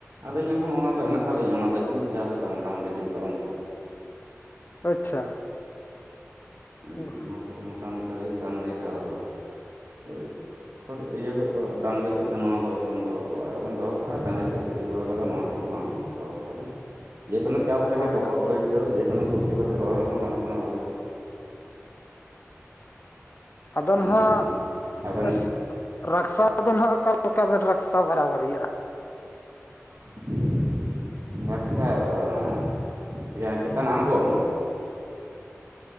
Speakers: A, on the right; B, on the left.
A: ᱟᱹᱞᱤᱧᱟᱜ ᱦᱚᱸ ᱚᱱᱟ ᱫᱚ ᱦᱮᱱᱟᱜ ᱛᱟᱞᱤᱧᱟ ᱚᱱᱟ ᱛᱮᱜᱮ ᱞᱤᱧ ᱪᱟᱥ ᱮᱫᱟ ᱢᱚᱴᱟᱢᱩᱴᱤ ᱫᱤᱱ ᱠᱟᱞᱚᱢ ᱠᱷᱚᱱ᱾
B: ᱟᱪᱪᱷᱟ
A: ᱦᱩᱸ
B: ᱦᱳᱭ
A: ᱚᱱᱟ ᱛᱮᱜᱮ ᱢᱚᱴᱟ ᱢᱩᱴᱤ ᱦᱩᱭᱩᱜ ᱠᱟᱱ ᱜᱮᱭᱟ ᱪᱟᱥ ᱫᱚ ᱦᱳᱭ ᱠᱷᱩᱨ ᱤᱭᱟᱹ ᱠᱷᱚᱡ ᱫᱚ ᱰᱟᱹᱝᱨᱤ ᱠᱷᱚᱡ ᱫᱚ ᱱᱚᱣᱟ ᱫᱚ ᱮᱠᱷᱚᱱ ᱫᱚ ᱚᱲᱟᱜ ᱨᱮᱜᱤᱧ ᱫᱚᱦᱚ ᱠᱟᱜᱼᱟ ᱰᱟᱝᱨᱤ ᱠᱷᱚᱡ ᱫᱚ ᱩ ᱛᱩ ᱵᱟᱞᱟ ᱵᱮᱱ ᱮᱢᱟ ᱠᱷᱟᱡ ᱛᱚ ᱵᱟᱝ ᱫᱚᱦᱚ ᱠᱟᱫᱟ ᱵᱤᱱ᱾ ᱡᱮᱠᱳᱱᱳ ᱪᱟᱥ ᱨᱮᱜᱮ
B: ᱦᱳᱭ
A: ᱞᱚᱥᱚᱫ ᱦᱩᱭᱪᱚ ᱡᱮᱠᱳᱱᱳ ᱥᱚᱵᱽᱡᱤ ᱯᱟᱹᱛᱤ ᱨᱚᱦᱚᱭ ᱨᱮᱦᱚᱸ ᱜᱟᱱᱚᱜ ᱠᱟᱱᱟ ᱵᱷᱟᱞᱤ ᱜᱮ᱾
B: ᱟᱵᱮᱚᱴᱱ
A: ᱱᱚᱜᱼᱚᱭ
B: ᱦᱟᱸᱜ
A: ᱡᱮᱢᱚᱱ
B: <unintelligible>
A: ᱟᱵᱮᱱ
B: ᱨᱟᱠᱥᱟ ᱫᱚᱦ ᱱᱟᱜ ᱚᱠᱟᱮᱠᱟ ᱵᱮᱱ ᱨᱟᱠᱥᱟ ᱵᱟᱨᱟᱵᱟᱨᱤᱭᱟᱜᱼᱟ?
A: <inaudible> ᱨᱟᱠᱥᱟ ᱚᱨ ᱟᱸ ᱮᱸᱭᱟ ᱪᱮᱛᱟᱱ ᱟᱬᱜᱚᱢ?